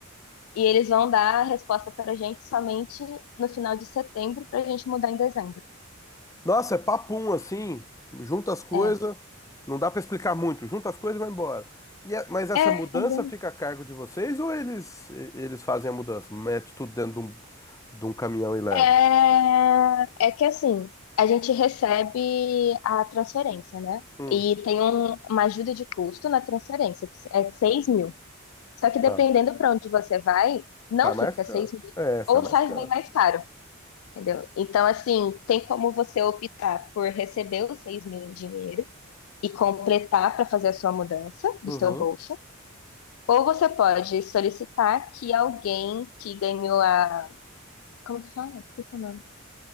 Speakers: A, on the left; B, on the left.
A: E eles vão dar a resposta pra gente somente no final de setembro, pra gente mudar em dezembro.
B: Nossa, é papum assim, junta as coisas,
A: É.
B: não dá pra explicar muito, junta as coisas e vai embora. E é- mas essa
A: É, é,
B: mudança
A: bem-
B: fica a cargo de vocês ou eles e- eles fazem a mudança? Mete tudo dentro de um, de um caminhão e leva?
A: é, é que assim, a gente recebe a transferência, né?
B: Hum,
A: E tem um- uma ajuda de custo na transferência, que é seis mil. Só que dependendo
B: tá.
A: para onde você vai, não
B: Sai mais
A: fica
B: caro.
A: seis mil
B: É, sai
A: ou
B: mais
A: sai
B: caro.
A: bem mais caro, entendeu? Então, assim, tem como você optar por receber os seis mil em dinheiro e completar para fazer a sua mudança do
B: Uhum.
A: seu bolso, ou você pode solicitar que alguém que ganhou a. Como que fala? Esqueci o nome.